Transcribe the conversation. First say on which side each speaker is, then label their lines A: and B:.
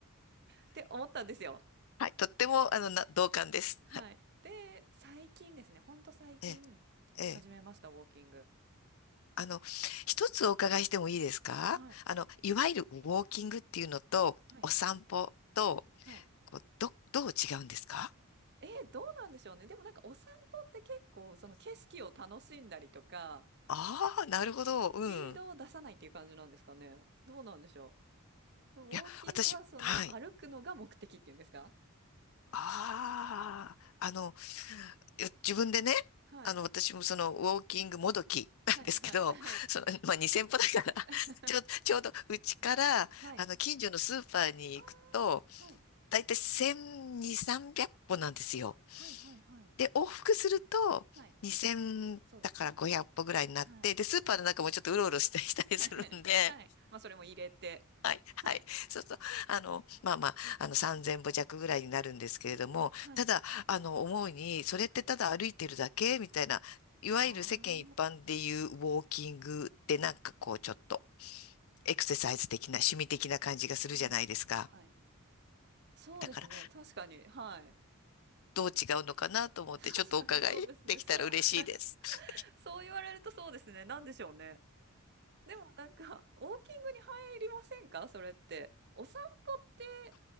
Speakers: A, on the right; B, on the left.
A: って思ったんですよ。
B: はい。とっても、あの、な、同感です。
A: はい。で、最近ですね、ほんと最近始めました、
B: ええ、ええ。
A: ウォーキング。
B: あの、一つお伺いしてもいいですかあの、
A: うんはい。
B: いわゆるウォーキングっていうのと、
A: はい。
B: お散歩と、
A: はい
B: こうど、どう違うんですか
A: えー、どうなんでしょうね。でもなんかお散歩って結構その景色を楽しんだりとか、
B: ああー、なるほど。
A: スピードを出さないっていう感じなんですかね。
B: うん。
A: どうなんでしょう。でもウォーキングはその歩くのが目的っていうんですか
B: いや、私、はい。ああ、あの、いや自分でね、
A: はい。
B: あの、私もその、ウォーキングもどき <laughs> なんですけど、
A: はい、はい、はい。
B: その、まあ、2000歩だから
A: <laughs>
B: <laughs> ちょう、ちょうど、うちから、
A: はい。
B: あの、近所のスーパーに行くと、
A: ああ、はい。
B: だいたい1200、300歩なんですよ。
A: はい、はい、はい。
B: で、往復すると、
A: はい。
B: 2000だから500歩ぐらいになって、
A: そうですね。はい。
B: で、スーパーの中もちょっとうろうろしたりしたりするんで、
A: <laughs> はい。まあ、それも入れて。
B: はい、
A: はい。
B: はい。<laughs> そうすると、あの、まあまあ、あの、3000歩弱ぐらいになるんですけれども、
A: はい。
B: ただ、あの、思うに、それってただ歩いてるだけみたいな、
A: はい。
B: いわゆる世間一般でいうウォーキングってなんかこう、
A: ああ、
B: ちょっとエクササイズ的な、趣味的な感じがするじゃないですか。
A: はい。はい。そうですね。
B: だから、
A: 確かに。はい。
B: どう違うのかなと思って、
A: <laughs> 確かにそうですね。
B: ちょっとお伺いできたら嬉しいです。
A: そう、<laughs>
B: <laughs>
A: そう言われるとそうですね。なんでしょうね。でもなんか、ウォーキングに入りませんかそれって。お散歩って、